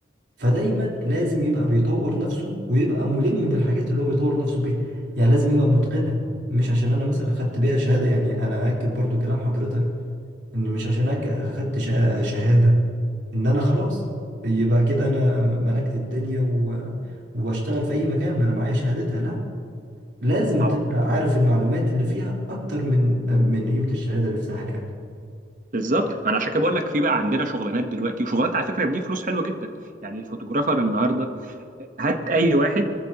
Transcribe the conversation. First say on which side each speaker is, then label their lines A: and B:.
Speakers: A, on the right; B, on the right.
A: فدايما لازم يبقى بيطور نفسه ويبقى ملم بالحاجات اللي هو بيطور نفسه بيها يعني لازم يبقى متقنها مش عشان انا مثلا خدت بيها شهادة يعني انا اكد برضو كلام حضرتك ان مش عشان أك- اخدت شا- شهادة ان انا خلاص يبقى كده انا ملكت الدنيا و... واشتغل في اي مكان ما انا معايا شهادتها لا لازم
B: طبعا
A: تبقى عارف المعلومات اللي فيها اكتر من من قيمة الشهادة نفسها يعني
B: بالظبط ما انا عشان كده بقول لك في بقى عندنا شغلانات دلوقتي وشغلانات على فكره بتجيب فلوس حلوه جدا يعني الفوتوجرافر النهارده هات اي واحد